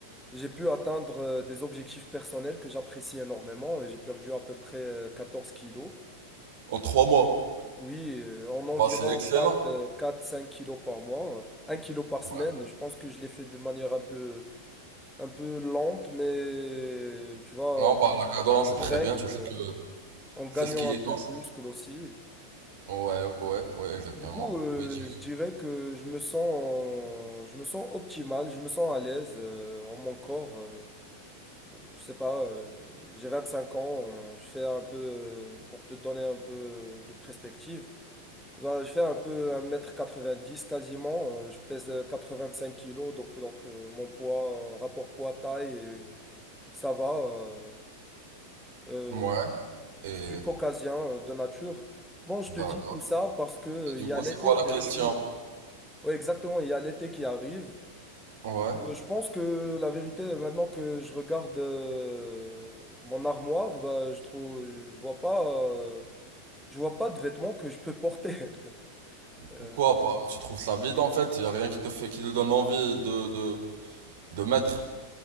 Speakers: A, in the centre; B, on the right.
A: j'ai pu atteindre euh, des objectifs personnels que j'apprécie énormément et j'ai perdu à peu près euh, 14 kilos.
B: En trois mois.
A: Oui, euh, en environ
B: Bah, c'est excellent.
A: 4, euh, 4-5 kilos par mois, un kilo par semaine.
B: Ouais.
A: Je pense que je l'ai fait d'une manière un peu, un peu lente, mais tu vois,
B: Non, bah, la cadence, c'est très
A: correcte,
B: bien. Tu sais
A: euh,
B: que
A: en gagnant
B: c'est ce qui
A: un
B: est
A: peu
B: en-
A: de muscle aussi.
B: Ouais, ouais, ouais, exactement.
A: Du coup, euh,
B: Oui, dis-moi.
A: je dirais que je me sens, je me sens optimal, je me sens à l'aise euh, en mon corps. euh, je sais pas, euh, j'ai 25 ans, euh, je fais un peu, euh, pour te donner un peu de perspective. Bah, je fais un peu un mètre quatre-vingt-dix quasiment. Euh, Je pèse euh, cinq kilos, donc, donc euh, mon poids, euh, rapport poids-taille, euh, ça va. euh, euh,
B: Ouais. Et
A: je suis caucasien euh, de nature. Bon, je
B: d'accord.
A: te dis tout ça parce que euh,
B: Et du
A: il y
B: coup,
A: a l'été
B: c'est quoi
A: qui
B: la question?
A: arrive. Oui, exactement, il y a l'été qui arrive.
B: Ouais.
A: Euh, Je pense que la vérité, maintenant que je regarde euh, mon armoire, bah, je trouve, je je vois pas, euh, je vois pas de vêtements que je peux porter. <laughs>
B: Pourquoi pas? Tu trouves ça vide en fait? Il a rien qui te fait, qui te donne envie de, de, de mettre.